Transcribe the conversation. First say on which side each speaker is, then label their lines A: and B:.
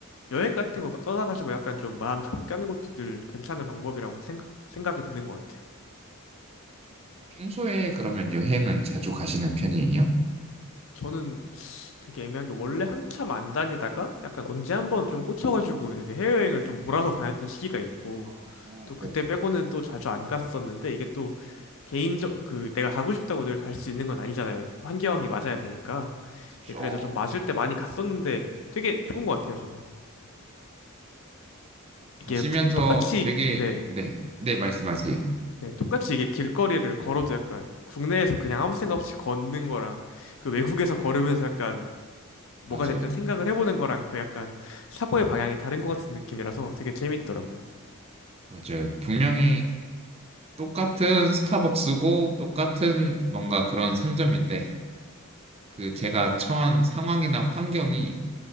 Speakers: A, on the left; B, on the right.
A: 여행 같은 거 떠나가지고 약간 좀 마음 가볍게 하는 것도 늘 괜찮은 방법이라고 생각, 생각이 드는 것 같아요.
B: 평소에 그러면 여행은 자주 가시는 편이에요?
A: 저는 되게 애매한 게 원래 한참 안 다니다가 약간 언제 한번 좀 꽂혀가지고 되게 해외여행을 좀 몰아서 다녔던 시기가 있고
B: 아,
A: 또 그때
B: 네,
A: 빼고는
B: 네.
A: 또 자주 안 갔었는데 이게 또 개인적 그 내가 가고 싶다고 늘 갈 수 있는 건 아니잖아요. 환경이 맞아야 되니까
B: 그렇죠.
A: 이제 그래서 좀 맞을 때 많이 갔었는데 되게 좋은 것 같아요 저는
B: 가시면서
A: 이게 구- 똑같이
B: 되게
A: 네.
B: 네, 네 말씀하세요.
A: 네, 똑같이 이게 길거리를 걸어도 약간 국내에서 그냥 아무 생각 없이 걷는 거랑 그 외국에서 걸으면서 약간 뭐가
B: 맞아요.
A: 됐든 생각을 해보는 거랑 그 약간 사고의 방향이 다른 것 같은 느낌이라서 되게 재밌더라고요.
B: 맞아요. 분명히 똑같은 스타벅스고 똑같은 뭔가 그런 상점인데 그 제가 처한 상황이나 환경이